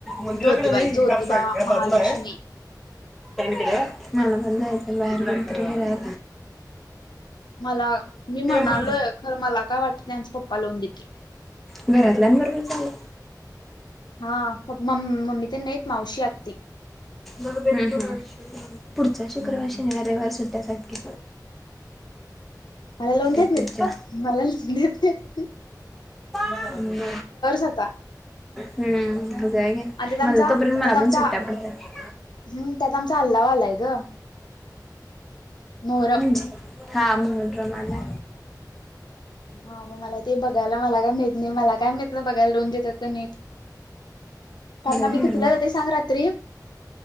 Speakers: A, in the centre; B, on the left (about 85°).
A: मंदिराकडे
B: ज्योतिबाला
A: नाही
B: ज्योतिबा
A: ह साईड ह्या
B: महालक्ष्मी
A: बाजूला आहे मला पण जायचं बाहेर कुठेतरी फिरायला
B: मला मी म्हणालोय
A: व
B: खरं मला काय वाटत नाही आमचं पप्पा लावून देतील.
A: घरातल्या बरोबर चालू
B: हा म मम्मी तर नाहीेत मावशी आत्ती
A: पुढच्या शुक्रवार
B: मला
A: शनिवार रविवा सुट्ट्याच आहेत कि
B: मला लावून देत
A: आहेत
B: नाही
A: पुढच्या.
B: मला लवून देत नाही
A: हम्
B: आता
A: हम्म
B: आणि त्यात आमचा
A: मला तोपर्न मला
B: त्यात आमचा
A: पण सुट्ट्या पडतात
B: हम्म त्यात आमचा अल्लाव आलाय ग मोहरम
A: म्हजे हा म्ह रमाला
B: मोहरम हा मग मला ते बघायला मला काय माहीत नाही मला काय ममि बघायला लावून देतात का नाही सर्वात कारन आम्ही
A: हम्म
B: कितीला जातंय सांग रात्री <inaudible>